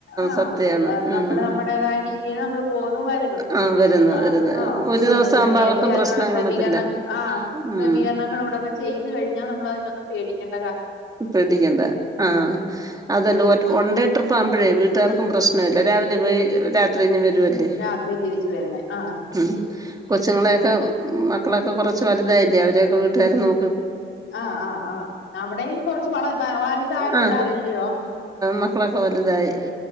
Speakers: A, on the left; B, on the right.
A: ആഹ്
B: സത്യമാണ്
A: നമ്മള്
B: ഉം
A: നമ്മള് നമ്മുടേതായ രീതിയിൽ നമ്മൾ പോവുന്നു വരുന്നു
B: ആഹ് വരുന്നു
A: ആഹ്
B: വരുന്നു
A: ആഹ്
B: ഒരു
A: നമ്മള്
B: ദിവസം
A: പിന്നെ
B: ആവുമ്പോ
A: നേരത്തെ
B: അവർക്കും
A: അതിനുള്ള
B: പ്രശ്നം
A: ക്രമീകരണം
B: കാണത്തില്ല.
A: ആഹ്
B: ഉം
A: ക്രമീകരണങ്ങളോടൊക്കെ ചെയ്ത് കഴിഞ്ഞാൽ നമ്മൾ അതിയൊന്നും. പേടിക്കണ്ട
B: പേടിക്കേണ്ട ആഹ്
A: ഉം
B: അതല്ല ഒ ഓനെഡേ ട്രിപ്പ്‌ ആക്കുപ്പോഴേ വീട്ടുകാർക്ക്. പ്രശ്നയില്ല രാവിലെ പോയി രാ യാത്ര കഴിഞ്ഞു വരുവല്ലേ
A: രാത്രി തിരിച്ചു വരുന്നെ ആഹ്
B: ഉം കൊച്ചുങ്ങളെയൊക്കെ
A: ഉം
B: മ മക്കളൊക്കെ കൊറച്ചു വലുതായില്ല അവരെയൊക്കെ വീട്ടുകാരെ നോ
A: ആഹ് ആഹ് ആഹ് അവിടെയും കൊറ <unintelligible> വലുതായ പിള്ളേരല്ലയോ.
B: ആഹ് മക്കളൊക്കെ വലുതായി